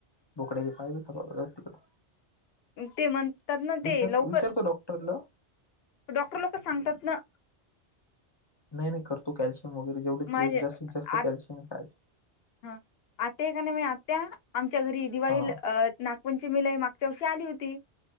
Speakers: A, on the left; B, on the left.
A: बोकड्याचे पाय बी खातो. जाऊदे तिकडं
B: ते म्हणतात ना ते
A: विचार
B: लवकर
A: विचारतो डॉक्टरला
B: डॉक्टर लोक सांगतात ना.
A: नाही नाही करतो. कॅल्शियम वगैरे जेवढे
B: माझे
A: जास्तीत जास्त
B: आ
A: कॅल्शियम खायचं.
B: हा आत्या का नाही माही आत्या आमच्या घरी दिवाळील
A: हा
B: अ नागपंचमीलाही मागच्या वर्षी आली होती.